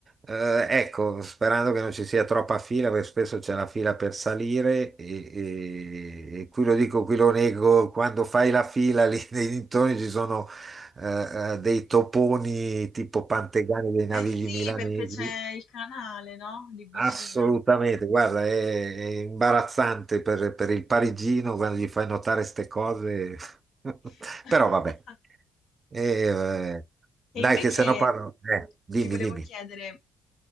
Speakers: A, on the right; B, on the left.
A: eh, ecco, sperando che non ci sia troppa fila, perché spesso c'è la fila per salire e, e- e qui lo dico, qui lo nego, quando fai la fila lì <laughs> nei dintorni ci sono eh, eh, dei toponi tipo Pantegani dei navigli
B: Eh sì,
A: milanesi.
B: perché c'è il canale, no, lì vicino.
A: Assolutamente, guarda, è, è imbarazzante per, per il parigino quando gli fai notare queste cose, <laughs>
B: <laughs>
A: però vabbè, E, eh, dai
B: E invece
A: che se no parlo, eh, dimmi,
B: ti volevo
A: dimmi.
B: chiedere,